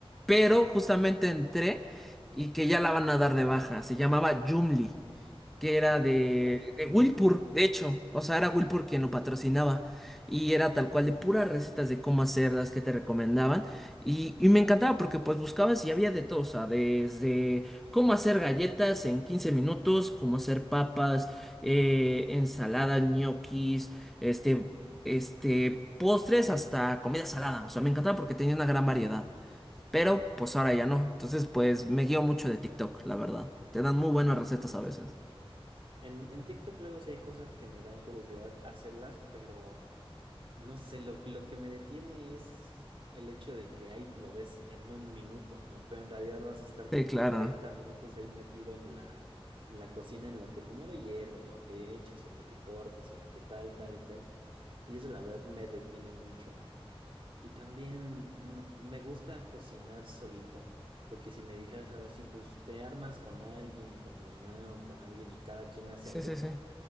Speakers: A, in the centre; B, on the right.
A: Pero justamente entré y que ya la van a dar de baja. Se llamaba Joomla. que era
B: Puta.
A: de, de
B: <laughs>
A: Wilpur, de hecho. O sea, era Wilpur quien lo patrocinaba. Y era tal cual de puras recetas de cómo hacerlas que te recomendaban. Y, y me encantaba porque pues buscabas y había de todo. O sea, desde cómo hacer galletas en 15 minutos, cómo hacer papas, eh, ensaladas, ñoquis, este, este, postres hasta comida salada. O sea, me encantaba porque tenía una gran variedad. Pero pues ahora ya no. Entonces pues me guío mucho de TikTok, la verdad. Te dan muy buenas recetas a veces.
B: En, en TikTok luego sí hay cosas que me dan curiosidad hacerlas, pero... No sé, lo, lo que me detiene es el hecho de que ahí lo ves en un minuto, ¿no? Pero en realidad vas a estar
A: Sí,
B: como
A: claro.
B: 40 minutos ahí metido en la, en la cocina, en lo que primero hierve, en lo que echas, en lo que cortas, en lo que tal, tal y tal. Y eso la verdad me detiene mucho. Y también no- me gusta cocinar solito, porque si me dijeras algo así, pues te armas con alguien, con tu mamá o con alguien y cada quien hace
A: Sí,
B: algo.
A: sí, sí.